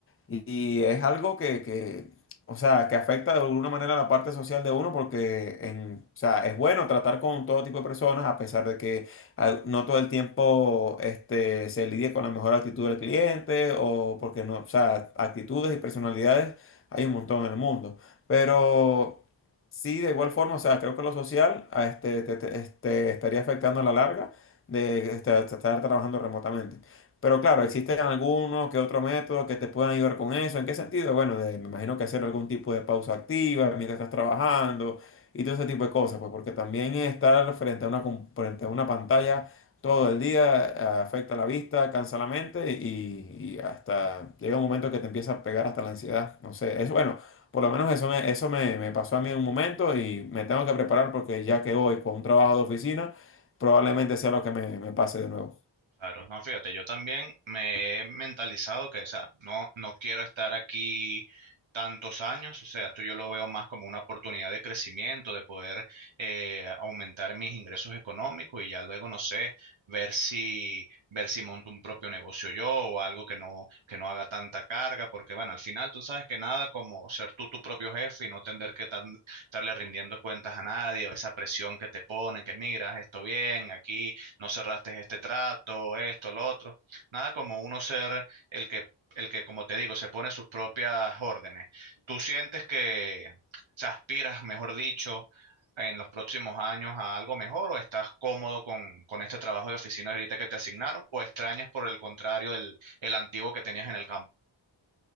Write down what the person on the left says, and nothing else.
Y es algo que, que, o sea, que afecta de alguna manera la parte social de uno porque en, o sea, es bueno tratar con todo tipo de personas a pesar de que al- no todo el tiempo este, se lidie con la mejor actitud del cliente o porque no, o sea, actitudes y personalidades hay un montón en el mundo. Pero sí, de igual forma, o sea, creo que lo social a este, te- te- este, estaría afectando a la larga de este, estar trabajando remotamente. Pero claro, existen algunos que otro método que te puedan ayudar con eso. ¿En qué sentido? Bueno, de- me imagino que hacer algún tipo de pausa activa mientras estás trabajando y todo ese tipo de cosas, pues porque también estar frente a una, com- frente a una pantalla todo el día eh, afecta la vista, cansa la mente y, y hasta llega un momento que te empieza a pegar hasta la ansiedad. No sé, es bueno, por lo menos eso me, eso me, me pasó a mí en un momento y me tengo que preparar porque ya que hoy con un trabajo de oficina, probablemente sea lo que me me pase de nuevo.